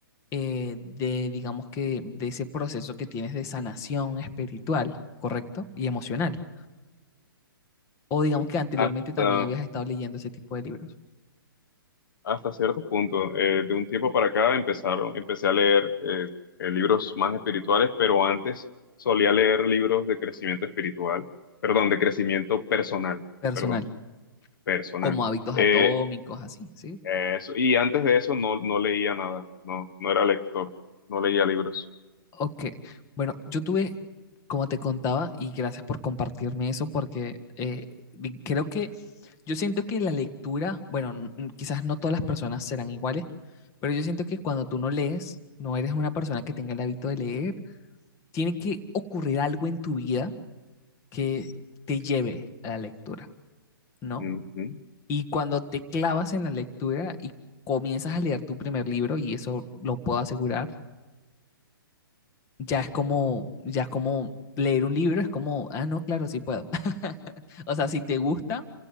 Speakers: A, on the left; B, on the left.
A: eh, de, digamos que, de ese proceso que tienes de sanación espiritual, ¿correcto? Y emocional. O digamos que anteriormente
B: Hasta,
A: también habías estado leyendo ese tipo de libros
B: hasta cierto punto. Eh, de un tiempo para acá empezaron, empecé a leer eh, eh, libros más espirituales, pero antes solía leer libros de crecimiento espiritual, perdón, de crecimiento personal,
A: personal,
B: perdón, personal.
A: como hábitos
B: Eh,
A: atómicos, así, ¿sí?
B: eso, y antes de eso no, no leía nada, no, no era lector, no leía libros.
A: Ok, bueno, yo tuve, como te contaba, y gracias por compartirme eso, porque eh, di- creo que yo siento que la lectura, bueno, n- n- quizás no todas las personas serán iguales, pero yo siento que cuando tú no lees, no eres una persona que tenga el hábito de leer, tiene que ocurrir algo en tu vida que te lleve a la lectura, ¿no?
B: Ujú,
A: Y cuando te clavas en la lectura y comienzas a leer tu primer libro, y eso lo puedo asegurar, ya es como, ya es como leer un libro, es como, ah, no, claro, sí puedo. <laughs> O sea, si te gusta,